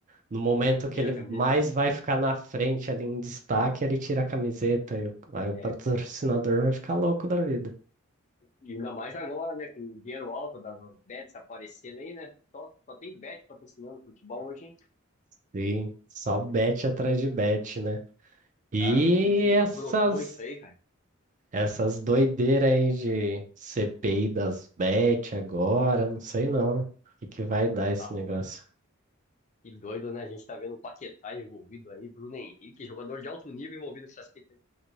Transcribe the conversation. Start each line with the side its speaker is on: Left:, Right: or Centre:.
Right: No momento que
Left: Tira
Right: ele
Left: a
Right: mais
Left: camiseta.
Right: vai ficar na frente ali em destaque, ele tira a camiseta e o- aí o
Left: É,
Right: patrocinador vai ficar louco da vida.
Left: E ainda mais agora, né? Com o dinheiro alto das bets aparecendo aí, né? Só, só tem bet patrocinando futebol hoje, hein?
Right: Sim, só bet atrás de bet, né? E
Left: Cara, como que
Right: essas
Left: brotou isso aí, cara?
Right: essas doideiras aí de CPI das bet agora, não sei não, né? O que que vai dar esse
Left: Rapaz,
Right: negócio?
Left: que doido, né? A gente tá vendo o Paquetá envolvido aí, Bruno Henrique, jogador de alto nível envolvido com essas fitas aí.